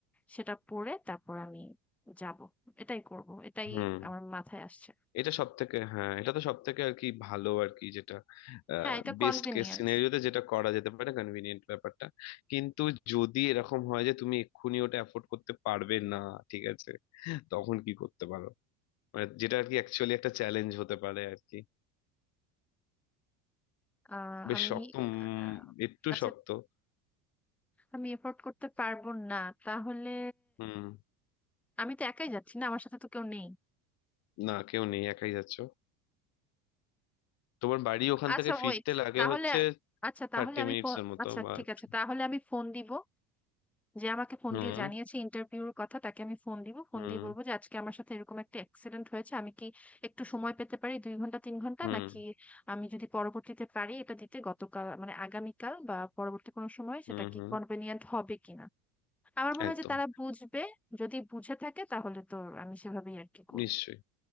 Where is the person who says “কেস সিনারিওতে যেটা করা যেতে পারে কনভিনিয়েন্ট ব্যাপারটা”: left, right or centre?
Left